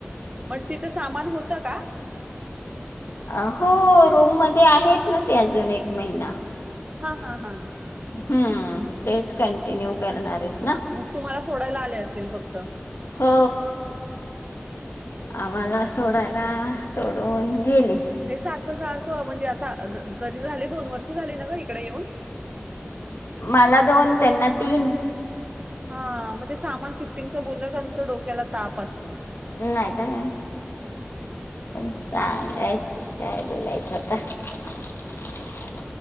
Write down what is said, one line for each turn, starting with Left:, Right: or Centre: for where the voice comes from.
Right: मग तिथे सामान होत का?
Left: अ हो रोम मध्ये आहेत, ना ते अजून एक महिना.
Right: हा हा हा.
Left: हम्म तेच कंटिन्यू करणारएत.
Right: मग तुम्हाला सोडायला आले असतील फक्त?
Left: हो आम्हाला सोडायला सोडून गेले.
Right: हे सारखं सारखं म्हणजे, आता अ जरी झाले दोन वर्ष झाले ना ग इकडे येऊन? <inaudible>
Left: मला दोन त्यांना तीन
Right: हा म ते सामान शिफ्टिंगचं बोललं का नुसत डोक्याला ताप असतं.
Left: नाहीत काय पण सांगायच
Right: थांबा
Left: काय? बोलायचा तर